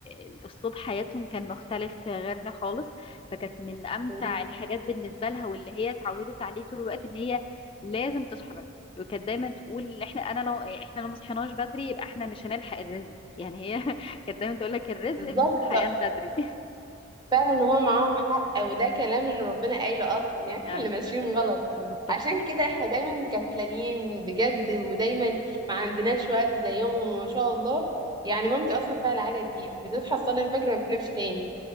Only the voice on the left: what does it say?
الاسلوب حياتهم كان مختلف غيرنا خالص فكانت من امتع
الحاجات بالنسبه لها واللي هي اتعودت عليه طول الوقت ان هي لازم تصحى بدري وكانت دايما تقول احنا انا لو احنا لو ما صحيناش بدري يبقى احنا مش هنلحق الرزق يعني هي <laughs> كانت دايما تقول لك الرزق
في الصحيان بدري
<laughs>
اه
بالظبط
ف-